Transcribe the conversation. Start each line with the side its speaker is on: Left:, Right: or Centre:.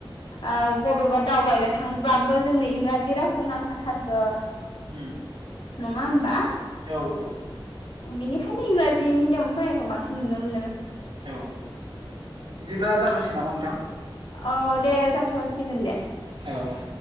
Left: औ बबेबा दावबायनो थांबाबो जोंनो इंराजि रावखौ नांखाथारगो।
Right: उम।
Left: नङा होमबा?
Right: औ औ।
Left: उम बेनिखायनो इंराजि मिडियाम फरायनायखौ बांसिन नुनो मोनो।
Right: औ, इदिब्ला जाथ'सिगोन नामा नोंथां?
Left: औ, दे जाथ'सिगोन दे।
Right: औ औ।